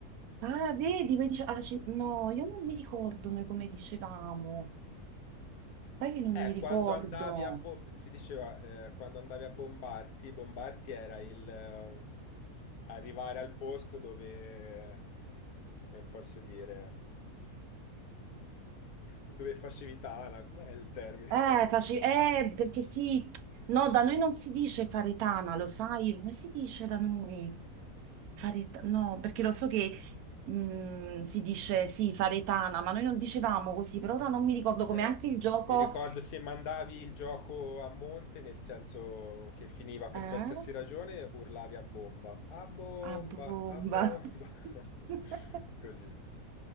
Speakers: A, on the right; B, on the left.
A: Ah, vedi, poi dice, ah, ci- no, io non mi ricordo noi come dicevamo. Sai che non
B: Eh,
A: mi ricordo.
B: quando andavi a bo- si diceva, eh, quando andavi a Bombarti, Bombarti era il eh, arrivare al posto dove, come posso dire, dove facevi tana, com'è il termine
A: Eh,
B: <laughs> esatto?
A: face- eh, perché sì, no, da noi non si dice faretana, lo sai? Come si dice da noi? Fareta- no, perché lo so che mm, si dice sì, faretana, ma noi non dicevamo così, per ora non mi ricordo come
B: Eh,
A: anche il gioco
B: mi ricordo se mandavi il gioco a monte, nel senso che finiva per
A: eh?
B: qualsiasi ragione, urlavi a bomba, a bomba,
A: a bomba.
B: a bomba, <laughs>
A: <laughs>
B: così.